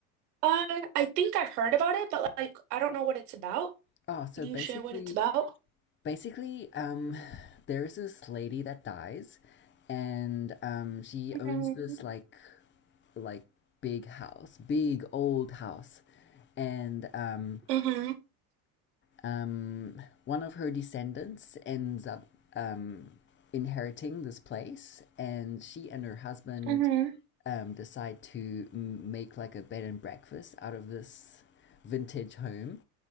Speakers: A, on the right; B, on the left.
A: Uh, I think I've heard about it, but like I don't know what it's about.
B: Oh, so
A: Can you
B: basically,
A: share what it's about?
B: basically, um, there's this lady that dies, and um, she owns
A: Mm-hmm.
B: this like like big house, big old house, and um,
A: Mm-hmm.
B: um, one of her descendants ends up um, inheriting this place, and she and her husband
A: Mm-hmm.
B: um, decide to m- make like a bed and breakfast out of this vintage home.